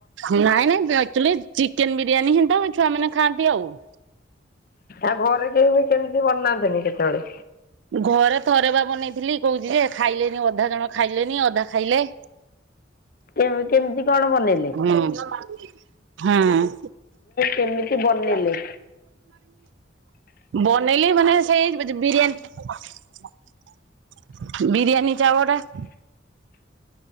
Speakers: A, on the right; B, on the left.
A: ନାଇଁ ନାଇଁ ଆକଚୁଆଲି ଚିକେନ ବିରିୟାନୀ ହିଁ ତ ଛୁଆ ମାନେ ଖାଆନ୍ତି ଆଉ।
B: ଆଉ ଘରେ କେହି ବି କେମିତି ବନାନ୍ତିନି କେତେବେଳେ?
A: ଘରେ ଥରେ ବା ବନେଇଥିଲି କହୁଛି ଯେ ଖାଇଲେନି ଅଧା ଜଣ ଖାଇଲେନି ଅଧା ଖାଇଲେ।
B: କେ କେମିତି କଣ ବନେଇଲେ?
A: ହୁଁ
B: କେମିତି ବନିଲେ?
A: ହୁଁ। ବନେଇଲି ମାନେ ସେଇ ବିରିୟାନୀ ବିରିୟାନୀ ଚାଉଳ ଟା